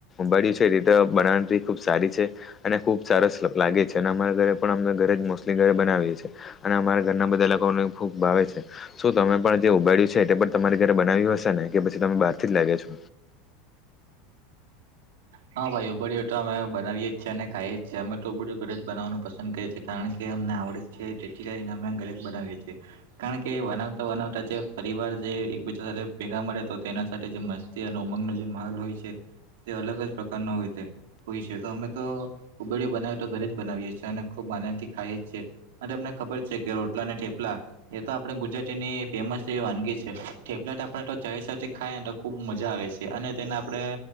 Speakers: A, on the left; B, on the right.
A: બળ્યું છે એ રીતે બણરી ખુબ સારી છે. અને ખુબ સારસ લાગે છે અને અમારા ઘરે પણ અમે ઘરે જ મોસ્ટલી ઘરે બનાવીએ છીએ. અને અમારા ઘરના બધા લોકોને ખૂબ ભાવે છે. શું તમે પણ જે ઉબાડય્યું છે એ પણ તમારી ઘરે બનાવ્યું હશે ને કે પછી તમે બહાર થી જ લાવ્યો છો.
B: હા ભાઈ ઉ બ તો અમે બનાવીએ જીએ અને ખાઈએ જીએ અમે તો બું ઘરે જ બનાવવાનું પસંદ કરીએ છીએ. કારણ કે અમને આવડ છે તેટેચીકાને અમે ઘરે જ બનાવીએ છીએ કારણ કે વનવતા વનવતા જે પરિવાર જે એકબીજા સાથે ભેગા મળે તો તેના સાથે જ મસ્ત ત્યાં ઉમંગનો જે માલ હોય છે તે અલગ જ પ્રકારનો હોય છે. હોય છે તો અમે તો કબેડયો બનાવી તો ઘરે જ બનાવીએ છીએ અને ખુબ આનંદ થી ખાઈએ. અને તમને ખબર છે કે રોટલા અને ઠેપલા એ તો આપણે ગુજરાતીની ફેમસ જે વાનગી છે ેલેટ આપે તો ચ ખાય ને તો ખૂબ મજા આવે છે અને તેને આપણે